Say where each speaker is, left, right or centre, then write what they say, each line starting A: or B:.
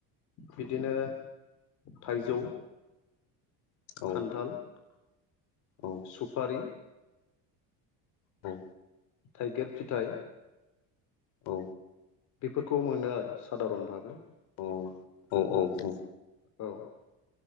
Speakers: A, on the left (about 50°); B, on the left (about 70°).
A: बिदिनो थाइजौ,
B: औ
A: खान्थाल
B: औ
A: सुफारि
B: औ
A: थाइगिर फिथाइ
B: औ
A: बेफोरखौ मोनो आरो साधारन भाबै
B: औ औ औ औ
A: औ